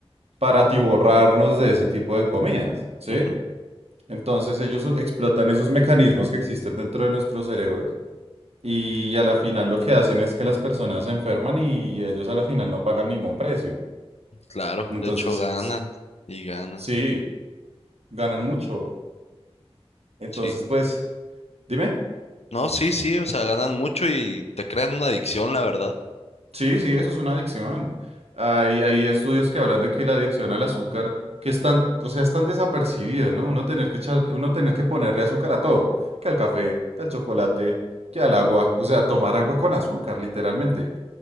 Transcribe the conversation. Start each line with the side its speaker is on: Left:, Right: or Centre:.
Right: para atiborrarnos de ese tipo de comidas, ¿sí?
Left: Ujú,
Right: Entonces ellos u- explotan esos mecanismos que existen dentro de nuestros cerebros y a la final lo que hacen es que las personas se enferman y ellos a la final no pagan ningún precio.
Left: Claro,
Right: Entonces,
Left: de hecho ganan y ganan.
Right: Sí, ganan mucho. Entonces,
Left: Sí.
Right: pues, dime.
Left: No, sí, sí, o sea, ganan mucho y te crean una adicción, la verdad.
Right: Sí, sí, eso es una adicción. Hay, hay estudios que hablan de que la adicción al azúcar, que están, o sea, están desapercibidos, ¿no? Uno tener que echar, uno tener que ponerle azúcar a todo, que al café, que al chocolate, que al agua, o sea, tomar agua con azúcar, literalmente.